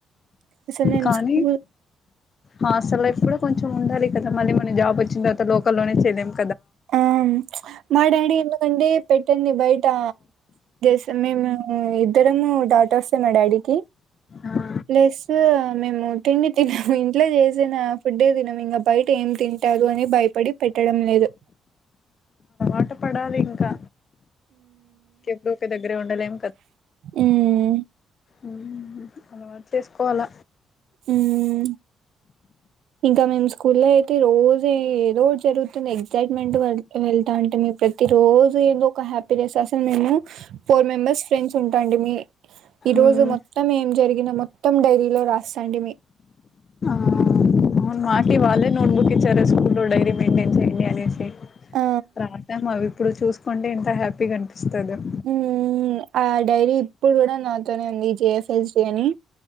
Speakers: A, on the right (about 75°); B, on the left (about 45°).
A: అసలు నేను
B: కానీ
A: స్కూల్
B: హాస్టల్ లైఫ్ కొంచెం ఉండాలి కదా మళ్ళీ మన జాబ్ వచ్చిన తర్వాత లోకల్లోనే చేయలేము
A: ఆ మా డాడీ ఎందుకండి పెట్టింది బయట్ ఇంకా స్ మేము ఇద్దరము డాటర్సే మా డాడీకి
B: ఆ
A: ప్లస్ మేము తిండి తినము ఇంట్లో చేసిన ఫుడ్డే తినము ఇంకా బయట ఏం తింటారు అని భయపడి పెట్టడం లేదు
B: ఎట్లో పడాలి ఇంకా ఎప్పుడు ఒక దగ్గరే ఉండలేం
A: ఉమ్
B: అవున అలవాటు చేసుకోవాల
A: మ్మ్ ఇంకా మేము స్కూల్ లో ప్రతి రోజూ ఏదో జరుగుతుంది వెళ్తా అంటే మీ ప్రతి రోజు ఏదో ఒక హ్యాపీనెస్ అసలు మేము ఫోర్ మెంబెర్స్ ఫ్రెండ్స్ ఉంటా అండి మీ ఈరోజు
B: మ్మ్
A: మొత్తం ఏం జరిగిన మొత్తం డైరీలో రాస్తాంటిమి
B: ఆ అవును <unintelligible> చెప్తారు స్కూల్లో డైరీ మెయింటైన్ చేయండి అనేసి
A: ఆ
B: రాసాము అవి ఇప్పుడు చూసుకుంటే ఇంత హ్యాపీగా అన్ ఇస్తదెం
A: మ్మ్ ఆ డైరీ ఇప్పుడు కూడా నాతోనే ఉంది జేఎస్ఎమ్ అని